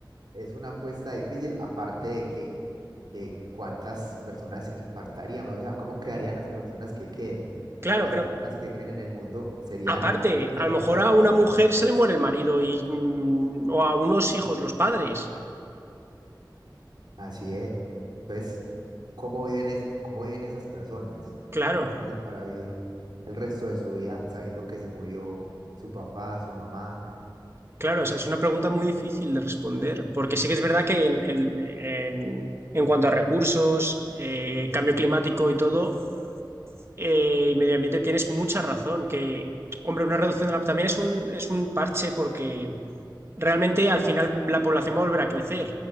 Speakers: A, on the right (about 65°); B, on the right (about 30°).
A: Es una apuesta difícil, aparte de que, de cuántas personas impactaríamos, o sea, cómo quedarían las personas que queden.
B: Claro,
A: Las
B: pero
A: personas que queden en el mundo serían,
B: aparte,
A: pues, estarían
B: a lo mejor
A: traumadas.
B: a una mujer se le muere el marido y, mm, o a unos hijos los padres.
A: Así es. Entonces, ¿cómo viven, es- cómo viven esas personas?
B: Claro,
A: ¿Cómo hacen para vivir el resto de su vida sabiendo que se murió su papá, su mamá?
B: claro, o sea, es una pregunta muy difícil de responder, porque sí que es verdad que en, el- en- en cuanto a recursos, eh, cambio climático y todo, eh, y medio ambiente, tienes mucha razón. Que, hombre, una reducción de la también es un, es un parche porque realmente al final la población va a volver a crecer,